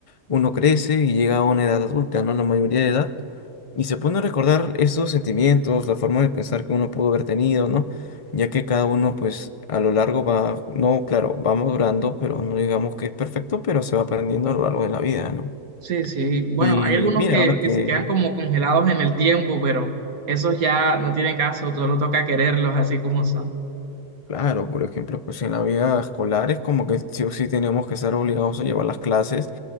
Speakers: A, on the left (about 50°); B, on the right (about 70°).
A: uno crece y llega a una edad adulta, ¿no? La mayoría de edad. Y se pone a recordar esos sentimientos, la forma de pensar que uno pudo haber tenido, ¿no? Ya que cada uno, pues, a lo largo va, no, claro, va madurando, pero no digamos que es perfecto, pero se va aprendiendo a lo largo de la vida, ¿no?
B: Sí, sí. Bueno,
A: Y
B: hay algunos
A: mira,
B: que,
A: ahora que,
B: que se quedan como congelados en el tiempo, pero esos ya no tiene caso, solo toca quererlos así como son.
A: claro, por ejemplo, pues en la vida escolar es como que sí o sí tenemos que ser obligados a llevar las clases